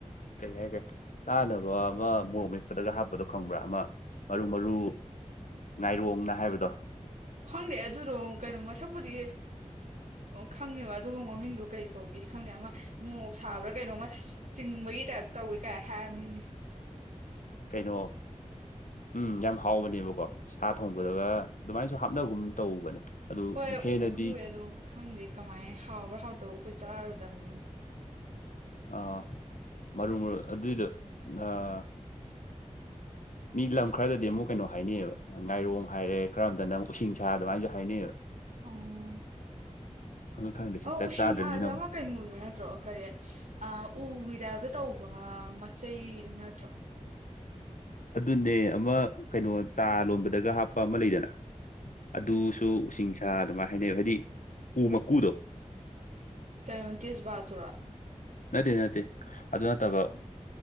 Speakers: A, on the left; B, on the right.
A: ꯀꯩ ꯍꯥꯏꯒꯦ ꯆꯥꯅꯕ ꯑꯃ ꯃꯣꯔꯣꯛ ꯃꯠꯄꯗꯒ ꯍꯥꯞꯄꯗꯣ ꯈꯪꯕ꯭ꯔꯥ ꯑꯃ ꯃꯔꯨ ꯃꯔꯨ ꯉꯥꯏꯔꯣꯡꯅ ꯍꯥꯏꯕꯗꯣ
B: ꯈꯪꯗꯦ ꯑꯗꯨꯗꯣ ꯀꯩꯅꯣ ꯃꯁꯛꯄꯨꯗꯤ ꯈꯪꯉꯦꯕ ꯑꯗꯨꯒ ꯃꯃꯤꯡꯗꯣ ꯀꯩ ꯀꯧꯒꯦꯗꯤ ꯈꯪꯗꯦ ꯑꯃ ꯃꯣꯛ ꯁꯥꯕ꯭ꯔꯥ ꯀꯩꯅꯣꯝꯃ ꯆꯤꯡꯕꯒꯤ ꯇꯥꯏꯞ ꯇꯧꯋꯦ ꯀꯥꯏ ꯍꯥꯏꯕꯅꯤꯅꯦ
A: ꯀꯩꯅꯣ ꯎꯝ ꯌꯥꯝ ꯍꯥꯎꯕꯅꯦꯕꯀꯣ ꯁꯥ ꯊꯣꯡꯕꯗꯒ ꯑꯗꯨꯃꯥꯏꯅꯁꯨ ꯍꯥꯞꯅꯕꯒꯨꯝ ꯇꯧꯕꯅꯦ ꯑꯗꯨ
B: ꯍꯣꯏ
A: ꯍꯦꯟꯅꯗꯤ
B: ꯎꯕꯗꯤ ꯎꯏꯌꯦ ꯑꯗꯣ ꯈꯪꯗꯦ ꯀꯃꯥꯏ ꯍꯥꯎꯕ꯭ꯔꯥ ꯍꯥꯎꯇꯕ ꯑꯩꯈꯣꯏ ꯆꯥꯔꯨꯗꯕꯅꯤꯅ
A: ꯑꯥ ꯃꯔꯨ ꯃꯔꯨ ꯑꯗꯨꯏꯗꯣ ꯑꯥ
B: <unintelligible>
A: ꯃꯤ ꯂꯝ ꯈꯔꯗꯗꯤ ꯑꯃꯨꯛ ꯀꯩꯅꯣ ꯍꯥꯏꯅꯩꯌꯦꯕ ꯉꯥꯏꯔꯣꯡ ꯍꯥꯏꯔꯦ ꯈꯔ ꯑꯝꯇꯅ ꯑꯃꯨꯛ ꯎꯁꯤꯡꯁꯥ ꯑꯗꯨꯃꯥꯏꯅꯁꯨ ꯍꯥꯏꯅꯩꯌꯦꯕ
B: ꯎꯝ
A: ꯑꯗꯨ ꯈꯪꯗꯦ ꯁꯤꯁꯇ
B: ꯑꯧ ꯎꯁꯤꯡ
A: ꯆꯥꯗ꯭ꯔꯤꯝꯅꯤꯅ
B: ꯁꯥꯁꯦ ꯑꯃ
A: ꯑꯃꯨꯛ
B: ꯀꯩꯅꯣꯗꯨ ꯅꯠꯇ꯭ꯔꯣ ꯀꯔꯤ ꯎꯒꯤꯗꯥꯕꯗ ꯇꯧꯕ ꯃꯆꯩꯗꯨ ꯅꯠꯇ꯭ꯔꯣ
A: ꯑꯗꯨꯅꯦ ꯑꯃ ꯀꯩꯅꯣ ꯆꯥ ꯂꯣꯟꯕꯗꯒ ꯍꯥꯞꯄ ꯑꯃ ꯂꯩꯗꯅ ꯑꯗꯨꯁꯨ ꯎꯁꯤꯡ ꯑꯗꯨꯃꯥꯏꯅ ꯍꯥꯏꯅꯩ ꯍꯥꯏꯗꯤ ꯎ ꯃꯀꯨꯗꯣ
B: ꯀꯥꯏꯇꯁ ꯕꯥ ꯇꯨꯔꯥ
A: ꯅꯠꯇꯦ ꯅꯠꯇꯦ ꯑꯗꯨ ꯅꯠꯇꯕ
B: ꯀꯩꯅꯣ